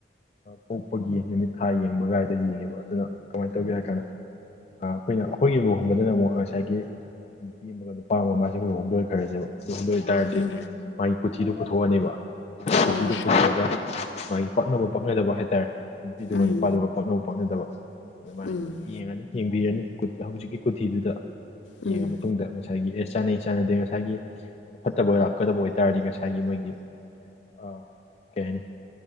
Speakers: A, on the left (about 35°); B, on the left (about 85°).
A: ꯄꯣꯛꯄꯒꯤ ꯅꯨꯃꯤꯠ ꯊꯥ ꯌꯦꯡꯕ ꯒꯥꯥꯏꯗ ꯌꯦꯡꯉꯦꯕ ꯑꯗꯨꯅ ꯀꯃꯥꯏꯅ ꯇꯧꯒꯦ ꯍꯥꯏ ꯀꯥꯟꯗ ꯑꯩꯈꯣꯏꯅ ꯑꯩꯈꯣꯏꯒꯤ ꯂꯨꯍꯣꯡꯕꯗꯨꯅ ꯑꯃꯨꯛ ꯉꯁꯥꯏꯒꯤ ꯅꯨꯄꯤ ꯑꯃꯒ ꯅꯨꯄꯥ ꯑꯃ ꯃꯥꯁꯦꯈꯣꯏ ꯍꯣꯡꯗꯣꯏꯈ꯭ꯔꯁꯦꯕ ꯍꯣꯡꯗꯣꯏꯦ ꯍꯥꯏꯇꯥꯔꯗꯤ
B: ꯎꯝ
A: ꯃꯥꯒꯤ ꯀꯣꯊꯤꯗꯨ ꯄꯨꯊꯣꯛꯑꯅꯦꯕ ꯀꯣꯊꯤꯗꯨ
B: ꯑꯣ
A: ꯄꯨꯊꯣꯛꯑꯒ ꯃꯥꯒꯤ ꯄꯛꯅꯕ ꯄꯛꯅꯗꯕ ꯍꯥꯏꯇꯥꯔꯦ ꯅꯨꯄꯤꯗꯨꯒ
B: ꯎꯝ
A: ꯅꯨꯄꯥꯗꯨꯒ ꯄꯛꯅꯕ ꯄꯥꯛꯅꯗꯕ ꯑꯗꯨꯃꯥꯏꯅ
B: ꯎꯝ
A: ꯌꯦꯡꯉꯅꯤ ꯌꯦꯡꯕꯤꯔꯅꯤ ꯍꯧꯖꯤꯛꯀꯤ ꯀꯣꯊꯤꯗꯨꯗ
B: ꯎꯝ
A: ꯌꯦꯡꯉ ꯃꯇꯨꯡꯗ ꯉ ꯉꯁꯥꯏꯒꯤ ꯑꯦ ꯆꯥꯅꯩ ꯆꯥꯅꯗꯦ ꯉꯁꯥꯏꯒꯤ ꯑ ꯐꯠꯇꯕ ꯂꯥꯛꯀꯗꯕ ꯑꯣꯏꯇꯥꯔꯗꯤ ꯉꯁꯥꯏꯒꯤ ꯃꯣꯏꯒꯤ ꯑꯥ ꯀꯩ ꯍꯥꯏꯅꯤ